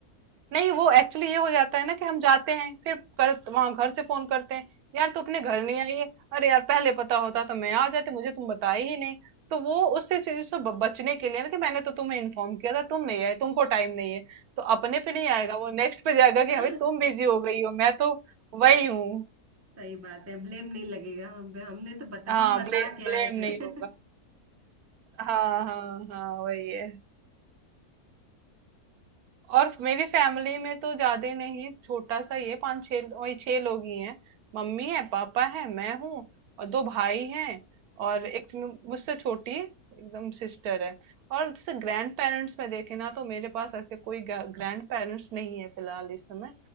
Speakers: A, on the right; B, on the right.
A: नहीं वो एक्चुअली ये हो जाता है ना कि हम जाते हैं फिर कर वहां घर से फोन करते हैं यार तू अपने घर नहीं आई है अरे यार पहले पता होता तो मैं आ जाती मुझे तुम बताए ही नहीं तो वो उससे चीज से ब- बचने के लिए ना कि मैंने तो तुम्हें इन्फॉर्म किया था तुम नहीं आए तुमको टाइम नहीं है तो अपने पे नहीं आएगा वो नेक्स्ट पे जाएगा
B: <laughs>
A: कि अभी तुम बिजी हो गई हो मैं तो वही हूँ
B: सही बात है ब्लेम नहीं लगेगा हम पे हमने तो बता
A: हाँ
B: हम बता
A: ब्ले,
B: के
A: ब्लेम
B: आए
A: नहीं
B: थे
A: होगा
B: <laughs>
A: हाँ हाँ हाँ वही है और मेरी फैमिली में तो ज्यादा नहीं छोटा सा ये पांच छह वही छह लोग ही हैं मम्मी है पापा है मैं हूँ और दो भाई हैं और एक मु- मुझसे छोटी एकदम सिस्टर है और जैसे ग्रैंड पेरेंट्स में देखे ना तो मेरे पास ऐसे कोई ग्रैंड पेरेंट्स नहीं है फिलहाल इस समय